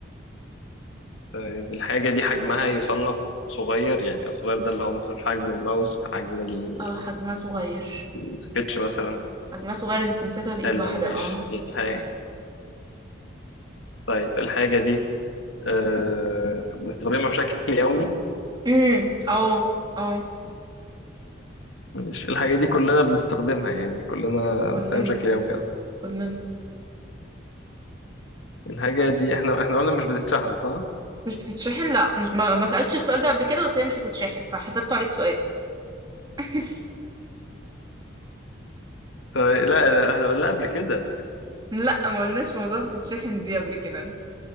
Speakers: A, on the left; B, on the right.
A: طيب الحاجة دي حجمها يصنف صغير يعني الصغير ده اللي هو مثلا في حجم الماوس في حجم ال-
B: اه حجمها صغير
A: السكتش مثلا
B: حجمها صغير انك تمسكها في ايد
A: حلو
B: واحدة
A: ماشي
B: اه
A: الحاجة طيب الحاجة دي آه بنستخدمها بشكل يومي
B: امم اه اه
A: مش الحاجة دي كلنا بنستخدمها يعني كلنا
B: كلنا
A: بنستخدمها بشكل يومي قصدي
B: كلنا
A: الحاجة دي احنا احنا قلنا مش بتتشحن صح؟
B: مش بتتشحن لا مش ما, ما سألتش السؤال ده قبل كده بس هي مش بتتشحن فحسبته عليك سؤال <laughs>
A: طيب لا لا احنا قلنا قبل كده
B: لا ما قلناش موضوع بتتشحن دي قبل كده <laughs>